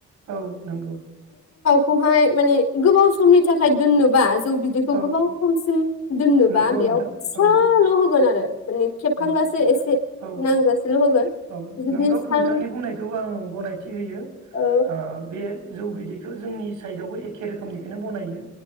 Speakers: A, on the right; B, on the left.
A: औ नंगौ
B: खौहाय माने गोबाव समनि थाखाय दोननो <unintelligible> जौ बिदैखौ
A: औ
B: गोबाव समसिम दोननोबा
A: नंगौ
B: बेयाव
A: नोंथां
B: फिसाल
A: औ
B: होगोन आरो मानि खेबखांगासे
A: औ
B: एसे
A: औ
B: नांजासेल होगोन
A: औ
B: जुदि
A: नोंगौ
B: सान
A: नोंथांनि बुंनायखौबो आं गनायथि होयो
B: औ
A: ओ बे जौ बि बेखौ जोंनि साइडआवबो एखे रोखोमनिखौनो बनायो